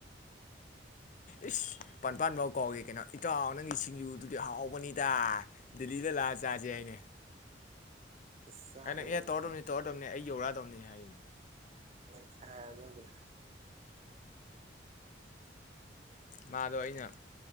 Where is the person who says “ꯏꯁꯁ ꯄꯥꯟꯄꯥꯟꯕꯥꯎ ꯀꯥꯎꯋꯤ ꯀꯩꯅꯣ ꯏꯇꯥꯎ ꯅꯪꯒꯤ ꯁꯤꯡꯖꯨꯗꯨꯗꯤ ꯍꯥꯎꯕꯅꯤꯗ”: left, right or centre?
Left